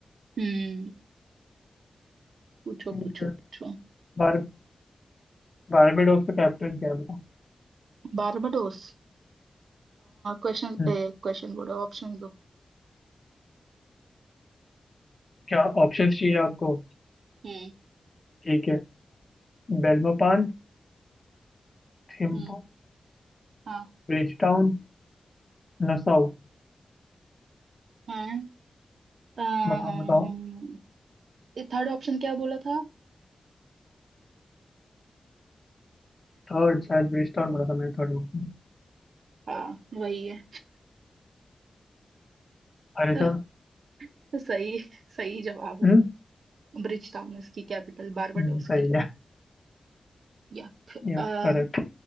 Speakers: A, on the right; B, on the left.
A: हम्म पूछो
B: ठीक
A: पूछो
B: है
A: पूछो
B: बार बारबेडोस का कैप्टन क्या है बताओ
A: बारबाडोस क्वेश्चन
B: हम्म,
A: क्वेश्चन बोलो ऑप्शन दो
B: क्या ऑप्शंस चाहिए आपको
A: हम्म
B: ठीक है बेल्मोपान थिम्पू
A: हम्म हाँ
B: ब्रिजटाउन नसाउ
A: हाँ अम्म,
B: बताओ बताओ
A: ये थर्ड ऑप्शन क्या बोला था
B: थर्ड शायद ब्रिजटाउन बोला था मैंने थर्ड ऑप्शन।
A: हाँ वही है
B: अरे
A: <laughs>
B: सर
A: सही सही जवाब है
B: हम्म?
A: ब्रिज टाउन इसकी कैपिटल बारबाडोस
B: हम्म, सही
A: की
B: है
A: या फिर,
B: Yes
A: अ,
B: correct